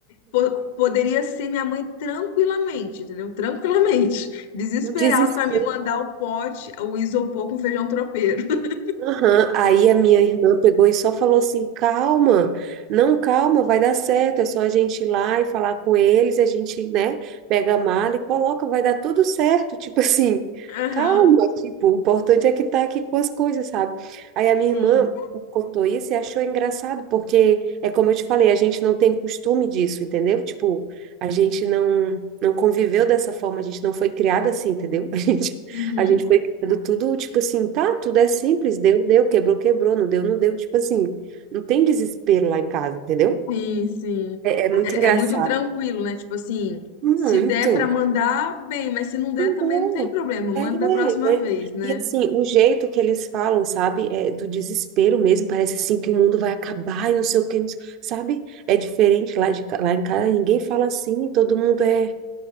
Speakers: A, on the left; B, on the right.
A: po- poderia ser minha mãe tranquilamente, entendeu? Tranquilamente, <laughs> desesperado
B: um desespero
A: pra me mandar o pote, o isopor com feijão tropeiro. <laughs>
B: Aham. Aí a minha irmã pegou e só falou assim: calma, não, calma, vai dar certo, é só a gente ir lá e falar com eles, a gente, né, pega a mala e coloca, vai dar tudo certo, <laughs> tipo assim,
A: Aham,
B: calma, tipo, o importante é que tá aqui com as coisas, sabe? Aí a minha
A: sim.
B: irmã me contou isso e achou engraçado, porque é como eu te falei, a gente não tem costume disso, entendeu? Tipo, a gente não, não conviveu dessa forma, a gente não foi criada assim, entendeu? <laughs> A gente
A: Uhum.
B: a gente foi criando tudo, tipo assim, tá, tudo é simples, deu, deu, quebrou, quebrou, não deu, não deu, tipo assim, não tem desespero lá em casa, entendeu?
A: Sim, sim.
B: É, é muito
A: É,
B: engraçado.
A: é muito tranquilo, né? Tipo assim,
B: Muito.
A: se der pra mandar, bem, mas se não der
B: Mandou.
A: também não tem problema, manda
B: É,
A: da próxima
B: mas,
A: vez, né?
B: e assim, o jeito que eles falam, sabe, é do desespero mesmo, parece assim que o mundo vai acabar e não sei o que, não sei- sabe? É diferente lá, de, ca- lá em casa, ninguém fala assim, todo mundo é,